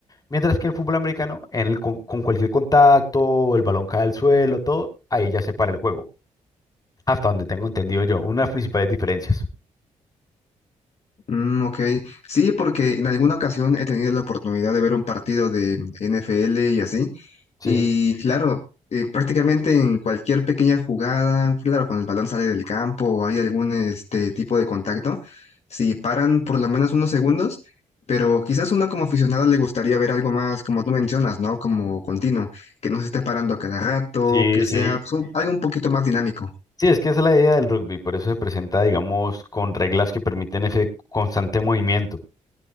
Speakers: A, on the left; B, on the left.
A: Mientras que el fútbol americano, en el con con cualquier contacto, el balón cae al suelo, todo, ahí ya se para el juego. Hasta donde tengo entendido yo, una de las principales diferencias.
B: Mm, ok, sí, porque en alguna ocasión he tenido la oportunidad de ver un partido de NFL y así,
A: Sí.
B: Y claro, eh, prácticamente en cualquier pequeña jugada, claro, cuando el balón sale del campo o hay algún este tipo de contacto, si paran por lo menos unos segundos, pero quizás uno como aficionado le gustaría ver algo más, como tú mencionas, ¿no? Como continuo, que no se esté parando cada rato,
A: Sí,
B: que sea
A: sí.
B: pues, un- algo un poquito más dinámico.
A: Sí, es que esa es la idea del rugby, por eso se presenta, digamos, con reglas que permiten ese constante movimiento.